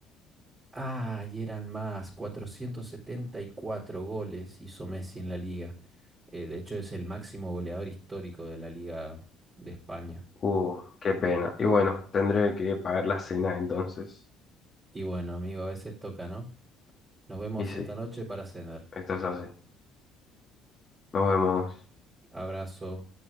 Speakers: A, on the right; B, on the left.
A: Ah, y eran más, 474 goles hizo Messi en la liga. Eh, de hecho, es el máximo goleador histórico de la liga de España.
B: Uh, qué pena. Y bueno, tendré que pagar la cena entonces.
A: Y bueno, amigo, a veces toca, ¿no? Nos vemos
B: Y sí,
A: esta noche para cenar.
B: esto es así. Nos vemos.
A: Abrazo.